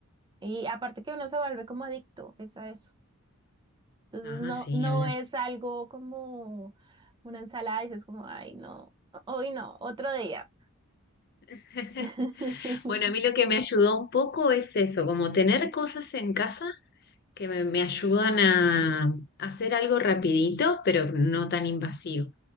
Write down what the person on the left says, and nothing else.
Ah,
sí,
ni hablar.
<laughs>
Bueno, a mí lo que me ayudó un poco es eso, como tener cosas en casa que me, me ayudan a, a hacer algo rapidito, pero no tan invasivo.